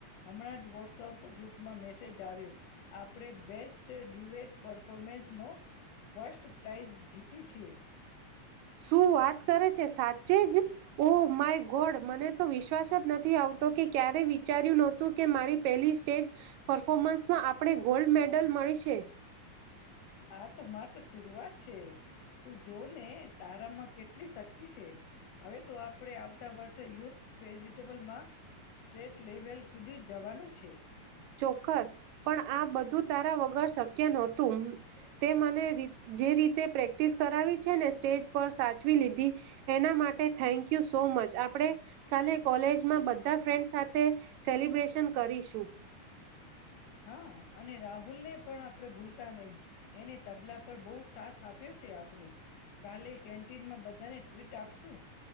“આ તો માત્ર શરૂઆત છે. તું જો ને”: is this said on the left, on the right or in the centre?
Left